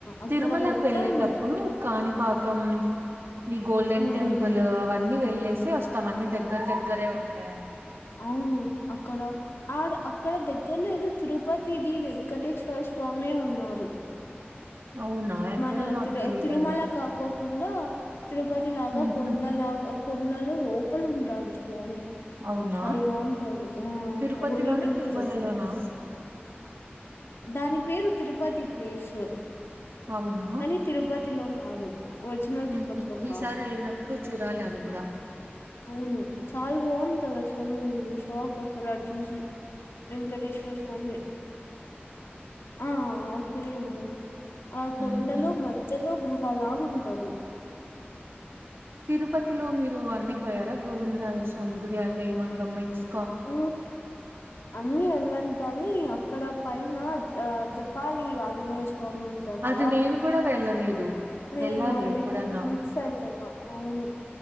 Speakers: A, on the left (about 80°); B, on the right (about 70°).
A: అక్కడ
B: తిరుమలకి
A: మొత్తం
B: వెళ్ళేటప్పుడు కాని పాకం ఈ గోల్డెన్
A: హ్మ్
B: టెంపుల్ అవ్ అన్నీ వెళ్లేేసి వస్తాం అన్ని దగ్గర దగ్గరే ఉంటాయని
A: అవును అక్కడ ఆడ అక్కడ దగ్గర్లో ఏదో తిరుపతిది వెంకటేశ్వర స్వా స్వామి ఉన్నారు
B: అవునా ఎక్కడో
A: మన
B: నాకు
A: తిరు
B: తెలీదు
A: తిరుమల
B: అది
A: కాకో కుండా తిరుపతి లాగా
B: ఉహు
A: కొండలాగ కొండలు లోపల ఉంటాడు స్వామి
B: అవునా
A: చాలా బాగుంటాడు ఆ
B: తిరుపతిలోనా
A: గోల్డెన్ టెంపుల్
B: తిరుమలలోనా
A: దగ్గరే దాని పేరు తిరుపతి ప్లేసు
B: అవునా
A: కానీ తిరుపతిలో కాదు ఒరిజినల్ తిరుపతిలో
B: ఉహు ఈసారి
A: కాదు
B: ఏళ్ళినప్పుడు చూడాలి అది కూడా
A: అవును చాల బాగుంటాడు అసలు షాక్ అసలు అడ్ చూసి వెంకటేశ్వర స్వామి ఆ ఒక్కరే ఉంటారు ఆ కొండలో
B: ఉహు
A: మధ్యలో గుహలా ఉంటది
B: తిరుపతిలో మీరు అన్నీ పోయారా గోవింద్ రాజా స్వామి గుడి అల్వేలు మంగమ్మ ఇస్
A: ఉ అన్నీ ఎల్లాన్ కన్ నీ అక్కడ పైన ఆ జపాలి ఆంజనేయ స్వామి స్వామి ఉంటాడు
B: అది
A: కదా
B: నేను కూడా వెళ్ళలేదు
A: నేను
B: వెళ్ళాలి
A: అది
B: ఎప్పుడన్నా
A: మిస్ అయిపెనా అవును